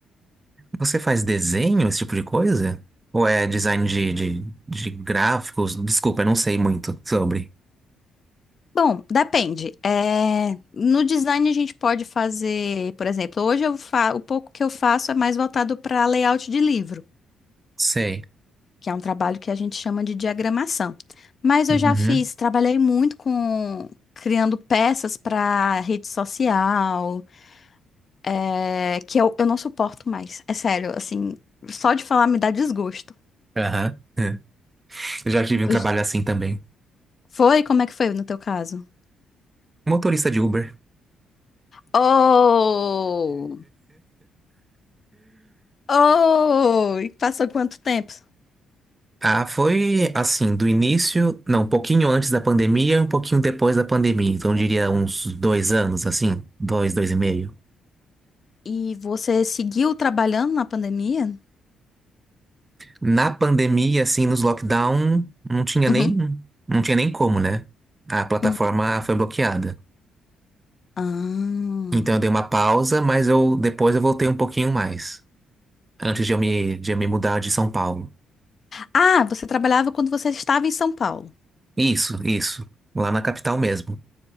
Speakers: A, on the right; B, on the left.
A: Você faz desenho, esse tipo de coisa? Ou é design de, de, de gráficos? Desculpa, eu não sei muito sobre.
B: Bom, depende. É, No design a gente pode fazer, por exemplo, hoje eu fa... o pouco que eu faço é mais voltado para layout de livro,
A: Sei.
B: que é um trabalho que a gente chama de diagramação. Mas
A: Uhum,
B: eu já fiz, trabalhei muito com criando peças para rede social, é, que eu, eu não suporto mais. É sério, assim, só de falar me dá desgosto.
A: aham. É. Eu já tive um
B: Eu-
A: trabalho assim também.
B: Foi? Como é que foi no teu caso?
A: Motorista de Uber.
B: Oh! Oh! E passou quanto tempo?
A: Ah, foi assim, do início, não, um pouquinho antes da pandemia, um pouquinho depois da pandemia. Então, eu diria uns dois anos, assim, dois, dois e meio.
B: E você seguiu trabalhando na pandemia?
A: Na pandemia, assim, nos lockdown, não tinha nem,
B: Uhum,
A: não tinha nem como, né? A plataforma
B: uhum.
A: foi bloqueada.
B: Ah.
A: Então, eu dei uma pausa, mas eu depois eu voltei um pouquinho mais, antes de eu me, de eu me mudar de São Paulo.
B: Ah, você trabalhava quando você estava em São Paulo.
A: Isso, isso, lá na capital mesmo.